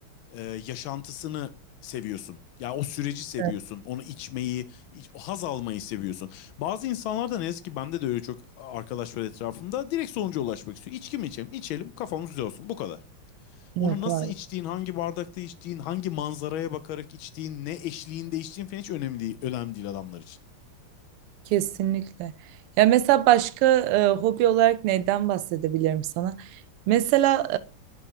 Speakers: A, on the left; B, on the right.
A: e, yaşantısını seviyorsun. Ya o süreci seviyorsun.
B: Evet.
A: Onu içmeyi, iç- haz almayı seviyorsun. Bazı insanlar da ne yazık ki bende de öyle çok arkadaş var etrafımda. Direkt sonuca ulaşmak istiyor. İçki mi içelim? İçelim, kafamız güzel olsun. Bu kadar.
B: Yok
A: Onu nasıl
B: hayır.
A: içtiğin, hangi bardakta içtiğin, hangi manzaraya bakarak içtiğin, ne eşliğinde içtiğin falan hiç önemli değil, önemli değil adamlar için.
B: Kesinlikle. Ya mesela başka e, hobi olarak neyden bahsedebilirim sana? Mesela